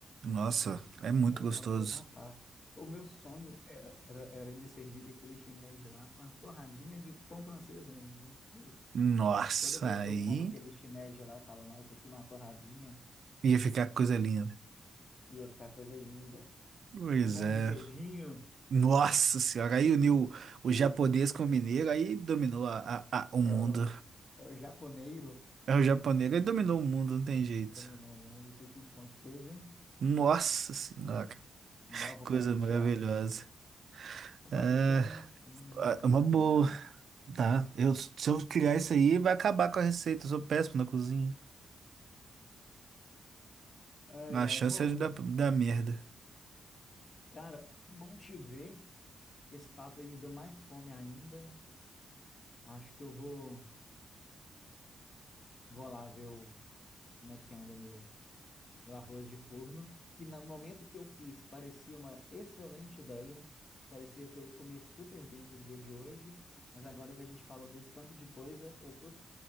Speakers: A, on the right; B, on the left.
A: Nossa, é muito
B: Era
A: gostoso.
B: uma coisa à parte. O meu sonho era, era, era eles servirem aquele shimeji lá com a torradinha de pão francês mesmo. viu?
A: Nossa,
B: Toda vez que
A: aí
B: eu como aquele shimeji lá, eu falo, nossa, isso aqui numa torradinha
A: ia ficar coisa linda.
B: ia ficar coisa linda.
A: Pois
B: Num pão
A: é.
B: de queijinho.
A: Nossa senhora, aí uniu
B: <laughs>
A: o japonês com o mineiro, aí dominou a, a- a- o
B: É
A: mundo.
B: o, é o japoneiro
A: É o japonês, aí dominou o mundo, não tem jeito.
B: dominou o mundo, sushi de pão de queijo, hein?
A: Nossa senhora, que
B: Nó, vou
A: coisa
B: patentear.
A: maravilhosa.
B: Vou
A: É,
B: patentear, hein? Não, não criança
A: é uma boa,
B: de mim, não.
A: tá? Eu, se eu criar isso aí, vai acabar com a receita. Eu sou péssimo na cozinha.
B: Ai,
A: A
B: ai,
A: chance
B: bom.
A: é de dar, dar merda.
B: Cara, bom te ver. Esse papo aí me deu mais fome ainda. Acho que eu vou, vou lá ver o, como é que anda meu, meu arroz de forno, que no momento que eu fiz parecia uma excelente ideia, parecia que eu ia comer super bem pro dia de hoje, mas agora que a gente falou desse tanto de coisa, eu tô